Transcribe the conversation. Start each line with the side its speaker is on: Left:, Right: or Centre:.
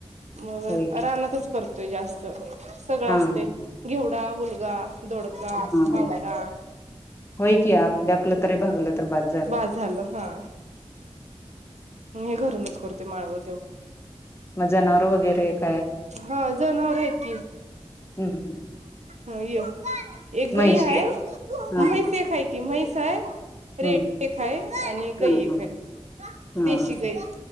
Right: मग
Left: होय की
Right: रानातच करतोय जास्त. सगळं
Left: हा
Right: असते
Left: हा.
Right: घेवडा, हलगा, दोडका,
Left: हा
Right: खावटा,
Left: होय की आपल्या आपलं तरी भागलं तर बाद
Right: बास झालं हा म हे घरूनच. करतोय माळव.
Left: मग जनावर वगैरे एक
Right: हा जनावर आहेत की,
Left: हम्म
Right: ह य एक
Left: म्हैशी
Right: गई आहेय, म्हहेस
Left: हा
Right: एकाय की, म्हहेस आहे. रेड
Left: हम्म
Right: एक आहे, आणि
Left: हा
Right: गई एक आहे.
Left: हा
Right: देशी गई